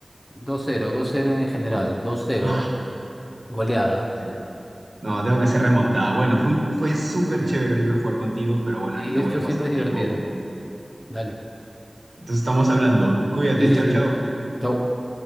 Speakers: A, on the left; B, on the right.
A: 2-0, 2-0 en general.
B: No,
A: dos cero,
B: ah,
A: Goleada.
B: te- no, tengo que ser remontada. Bueno, fue, un- fue súper
A: Sí.
B: chévere, Oliver, jugar contigo, pero bueno,
A: Sí,
B: ahorita voy
A: esto
B: a pasar
A: siempre es
B: tiempo.
A: divertido. Dale.
B: Entonces estamos hablando. Cuídate,
A: Sí, sí,
B: chau,
A: sí.
B: chau.
A: Chau.